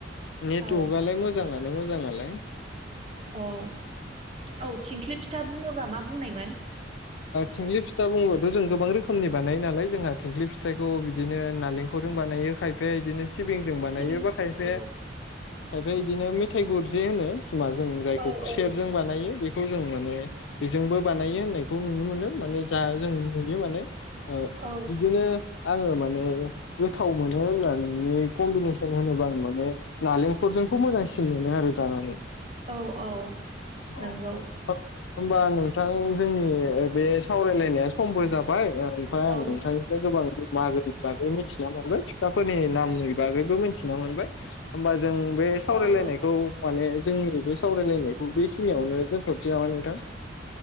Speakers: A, on the left; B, on the right.
A: नेटवर्कआलाय
B: औ
A: मोजाङानो मोजाङालाय।
B: औ औ थिंख्लि फिथा बुङोबा मा बुंनायमोन?
A: थिंख्लि फिथा बुङोबथ' जों गोबां रोखोमनि बानायो नालाय जोंहा थिंख्लि फिथाइखौ बिदिनो नालेंख रजों बानायो खायफाया इदिनो सिबिंजों बानायो
B: सिबिं
A: बा खायफाया
B: औ
A: खायफाया इदिनो मेथाइ गुरजे होनो सिमा जों जायखौ
B: औ
A: खुसेरजों बानायो बे खौ जों माने बेजोंबो बानायो होननायखौ नुनो मोनो माने जा जों नुयो माने। ओ
B: औ
A: बिदिनो आङो माने गोथाव मोनो होनना नोंनि कम्बिनेसन होनोबा आं माने नालेंखलजोंखौ मोजांसिन मोनो आरो जानानै।
B: औ। औ
A: औ
B: नंगौ
A: होनबा नोंथां? जोंनि बे सावरायलायनाया समबो जाबाय। ओमफ्राय आं
B: औ
A: नोंथांनिफ्राय गोबां मागोनि बागै मिथिना मोनबाय फिथाफोरनि नामनि बागैबो मि थिना मोनबाय होमबा जों बे सावरायलायनायखौ
B: औ औ
A: माने जोंनि बे सावरायलायनायखौ बेखिनियावनो दोनथ'निसै नामा नोंथां?